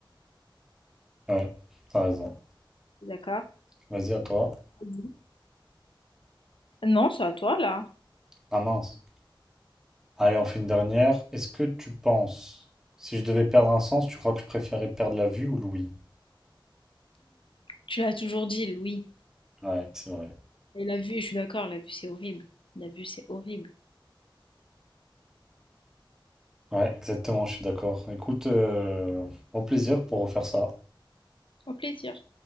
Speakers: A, in the centre; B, on the left.
A: Ouais, t'as raison.
B: D'accord?
A: Vas-y, à toi.
B: Vas-y. Non, c'est à toi, là.
A: Ah mince. Allez, on fait une dernière. Est-ce que tu penses, si je devais perdre un sens, tu crois que je préférais perdre la vue ou l'ouïe?
B: Tu l'as toujours dit, Louis.
A: Ouais, c'est vrai.
B: Et la vue, je suis d'accord, la vue c'est horrible. La vue c'est horrible.
A: Ouais, exactement, je suis d'accord. Écoute, euh, au plaisir pour refaire ça.
B: Au plaisir.